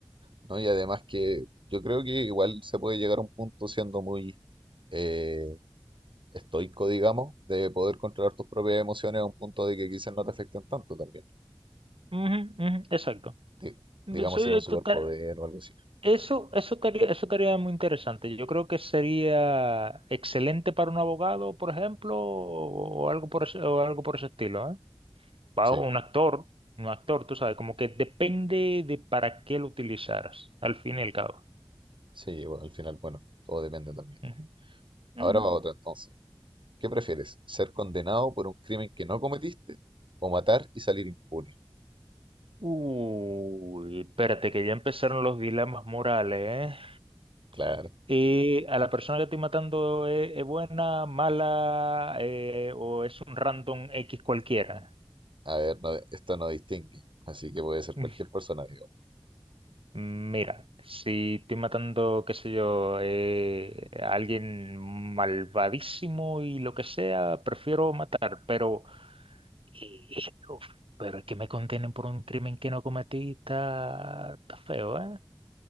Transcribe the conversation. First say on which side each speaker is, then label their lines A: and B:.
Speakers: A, on the right (about 65°); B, on the right (about 85°).
A: ¿no? Y además que yo creo que igual se puede llegar a un punto siendo muy eh, estoico, digamos, de poder controlar tus propias emociones a un punto de que quizás no te afecten tanto también.
B: Ujú, ujú, exacto.
A: Di- digamos,
B: Soy
A: sin un
B: total-
A: superpoder o algo así.
B: Eso, eso estaría, eso estaría muy interesante. Yo creo que sería excelente para un abogado, por ejemplo, o o algo por ese, o algo por ese estilo, ¿eh? Para
A: Sí,
B: un actor, un actor, tú sabes, como que depende de para qué lo utilizaras, al fin y al cabo.
A: sí, bueno, al final, bueno, todo depende también.
B: Ujú,
A: Ahora
B: ujú.
A: va otra entonces. ¿Qué prefieres? ¿Ser condenado por un crimen que no cometiste o matar y salir impune?
B: Uy, espérate, que ya empezaron los dilemas morales, ¿eh?
A: Claro.
B: Eh, a la persona que estoy matando es, es buena, mala, eh, o es un random X cualquiera?
A: A ver, no- esto no distingue, así que puede ser
B: <laughs>
A: cualquier persona, digamos.
B: Mira, si estoy matando, qué sé yo, eh, a alguien malvadísimo y lo que sea, prefiero matar, pero, y- y- uf, pero es que me contienen por un crimen que no cometí, está, está feo, ¿eh?